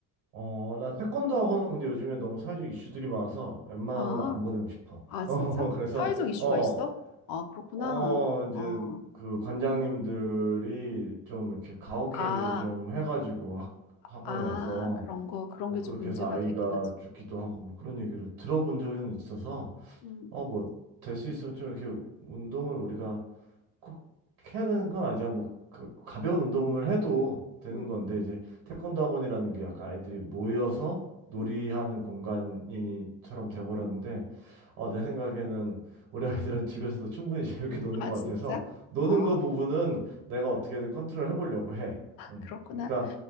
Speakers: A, on the right; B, on the left.
A: 어, 나 태권도 학원은 근데 요즘에 너무 사회적 이슈들이 많아서 웬만하면
B: 아,
A: 안 보내고 싶어.
B: 아,
A: <laughs>
B: 진짜?
A: 어, 그래서,
B: 사회적 이슈가
A: 어,
B: 있어? 아, 그렇구나.
A: 어, 이제
B: 어,
A: 그 관장님들이 좀 이렇게 가혹행위를
B: 아,
A: 좀 해가지고 학, 학원에서
B: 아, 그런 거, 그런
A: 뭐
B: 게
A: 그렇게
B: 좀 문제가
A: 해서 아이가
B: 되긴 하지.
A: 죽기도 하고 뭐 그런 얘기를 들어본 적은 있어서,
B: 음,
A: 어, 뭐, 될 수 있으면 좀 이렇게 운동을 우리가 꼭 해야 되는 건 아니잖아요. 뭐 그, 가벼운 운동을 해도 되는
B: 음,
A: 건데 이제 태권도 학원이라는 게 약간 아이들이 모여서 놀이하는
B: 음.
A: 공간이처럼 돼버렸는데 어, 내 생각에는 우리 아이들은 집에서도 충분히 <laughs> 재밌게 노는
B: 아,
A: 것
B: 진짜?
A: 같아서 노는
B: 어, 어,
A: 거 부분은 내가 어떻게든 컨트롤 해보려고 해. 음.
B: 그렇구나.
A: 그러니까